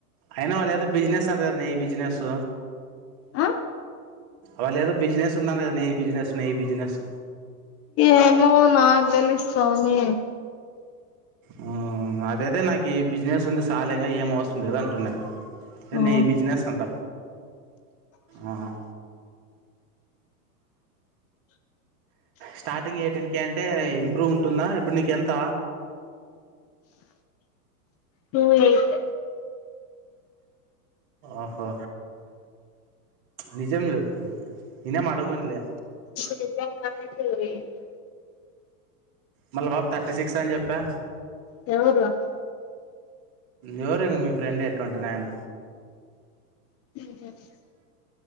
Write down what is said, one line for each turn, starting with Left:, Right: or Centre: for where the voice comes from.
Right: అయినా లేదో బిజినెస్ అంటారు ని బిజినెస్
Left: ఆ
Right: వాళ్లు ఏదో బిజినెస్ ఉందంటనే నీ బిజినెస్ నీ బిజినెస్
Left: ఏమో నాకు తెలియదు స్వామి
Right: ఉ అదయితే నాకు ఈ బిజినెస్ ఉంది సాల్లే ఏం అవసరం లేదు అంటున్న
Left: ఆ
Right: నీ బిజినెస్ అంట ఉ ఉ స్టార్టింగ్ ఎయిటీన్ కే అంటే ఇంప్రూవ్ ఉంటుందా ఇప్పుడు నీకెంత
Left: టూ ఎయిట్
Right: ఓహో నిజం చెప్పు నేనేం అడగనులే
Left: ఇ <unintelligible>
Right: మల్ల ఆ పాప థర్టీ సిక్స్ అని చెప్పా
Left: తెలీదు నాకు
Right: ఎవరు ఇంకా మీ ఫ్రెండే ట్వంటీ నైన్
Left: <inaudible>